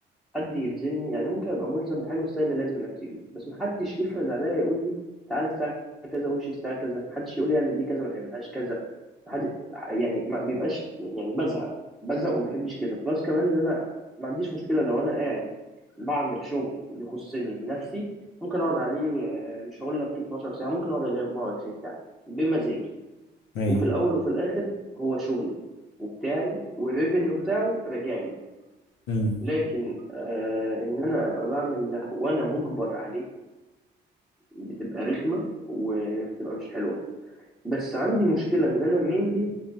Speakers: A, in the centre; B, on the left.
A: حد يلزمني يعني ممكن ابقى ملزم بحاجه بس هي اللي لازم نفسي بيها بس محدش يفرض عليا يقول لي تعالى الساعه كذا وامشي الساعه كذا محدش يقول لي اعمل دي كذا ما تعملهاش كذا محد يعني ما ما يبقاش يعني بزهق بزهق وما بحبش كده بلس كمان ان انا ما عنديش مشكله لو انا قاعد بعمل شغل يخصني لنفسي ممكن اقعد عليه آه، مش هقول لك 12 ساعه ممكن اقعد عليه 24 ساعه بمزاجي
B: مم. ايه
A: وفي الاول وفي الاخر هو شغلي وبتاعي والريفينيو بتاعه راجع لي
B: امم
A: لكن آه ان انا ابقى بعمل ده وانا مجبر عليه بتبقى رخمه وبتبقى مش حلوه بس عندي مشكله ان انا مينلي